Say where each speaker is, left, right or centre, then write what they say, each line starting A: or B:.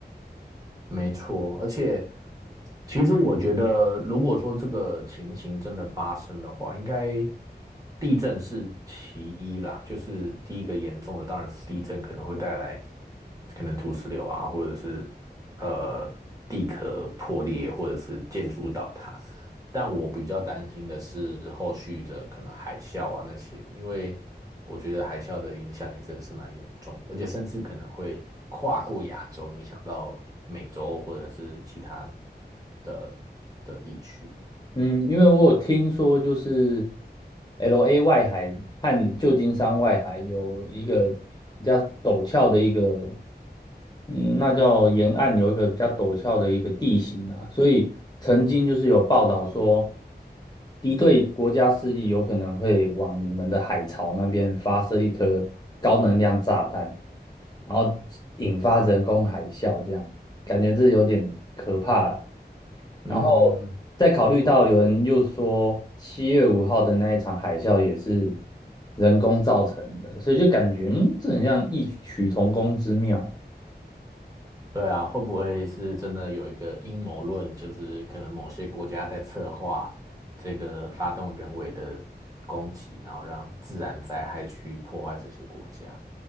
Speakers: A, on the right; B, on the left.
A: 没错，而且其实我觉得，如果说这个情形真的发生的话，应该地震是其一啦，就是第一个严重的当然是地震可能会带来可能土石流啊，或者是呃地壳破裂，或者是建筑物倒塌。但我比较担心的是后续的可能海啸啊那些的，因为我觉得海啸的影响也真的是蛮严重的，而且甚至可能会跨过亚洲，影响到美洲或者是其他的的地区。
B: 嗯，因为我有听说，就是 LA 外海和旧金山外海有一个比较陡峭的一个嗯，那叫沿岸有一个比较陡峭的一个地形啊，所以曾经就是有报道说，敌对国家势力有可能会往你们的海槽那边发射一颗高能量炸弹，然后引发人工海啸，这样感觉这有点可怕了。
A: 嗯，
B: 然后再考虑到有人又说七月五号的那一场海啸也是人工造成的，所以就感觉嗯，这很像异曲同工之妙。
A: 对啊，会不会是真的有一个阴谋论，就是可能某些国家在策划这个发动人为的攻击，然后让自然灾害去破坏这些国家？